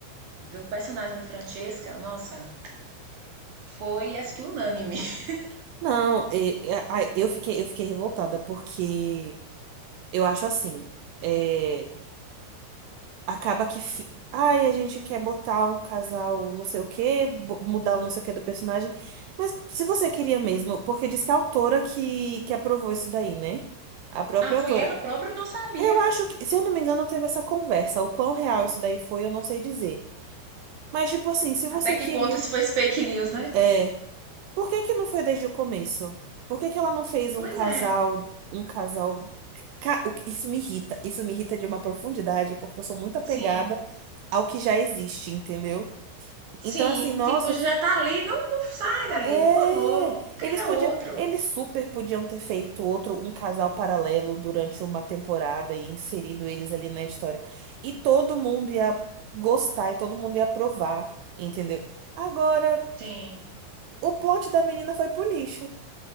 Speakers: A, on the right (about 55°); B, on the right (about 80°).
A: do personagem de Francesca, nossa, foi acho que unânime. <laughs>
B: Não, e- e- ai, eu fiquei, eu fiquei revoltada porque eu acho assim. eh, acaba que. fi- Ai, a gente quer botar um casal não sei o quê, bo- mudar o não sei o quê do personagem. Mas se você queria mesmo, porque diz que a autora que, que aprovou isso daí, né? A própria
A: Ah, foi
B: autora.
A: ela própria, eu não sabia.
B: Eu acho que, se eu não me engano, teve essa conversa. O quão real isso daí foi, eu não sei dizer. Mas, tipo assim, se você
A: Até que
B: queria.
A: ponto isso foi fake news, né?
B: é, por que que não foi desde o começo? Por que que ela não fez um
A: Pois
B: casal,
A: é,
B: um casal? ca- o que- Isso me irrita, isso me irrita de uma profundidade, porque eu sou muito apegada
A: sim.
B: ao que já existe, entendeu?
A: Sim,
B: Então, assim, nossa,
A: tipo,
B: eu
A: já
B: f-
A: tá ali, não, não sai dali,
B: é,
A: por favor, cria
B: eles podiam,
A: outro.
B: eles super podiam ter feito outro, um casal paralelo durante uma temporada e inserido eles ali na história. E todo mundo ia gostar e todo mundo ia aprovar, entendeu? Agora,
A: Sim.
B: o plot da menina foi pro lixo.